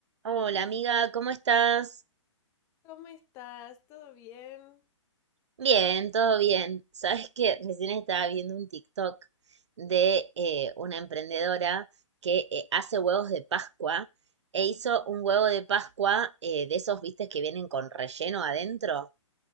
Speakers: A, on the right; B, on the left.
A: Hola amiga, ¿cómo estás?
B: ¿Cómo estás? ¿Todo bien?
A: Bien, todo bien. Sabes que recién estaba viendo un TikTok de eh, una emprendedora que eh, hace huevos de Pascua e hizo un huevo de Pascua eh, de esos, viste, que vienen con relleno adentro.